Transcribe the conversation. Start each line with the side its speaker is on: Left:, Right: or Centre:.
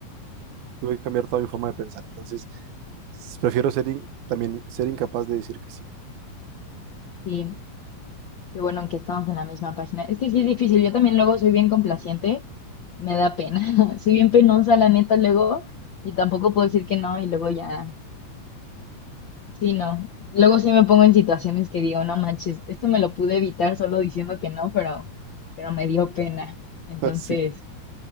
Right: tuve que cambiar toda mi forma de pensar, entonces s- prefiero ser in- también ser incapaz de decir que sí.
Left: Sí, qué bueno que estamos en la misma página. Es que sí es difícil, yo también luego soy bien complaciente, me da pena, <laughs> soy bien penosa, la neta, luego, y tampoco puedo decir que no, y luego ya. Sí, no. Luego sí me pongo en situaciones que digo, no manches, esto me lo pude evitar solo diciendo que no, pero, pero me dio pena. Entonces,
Right: <laughs> Sí,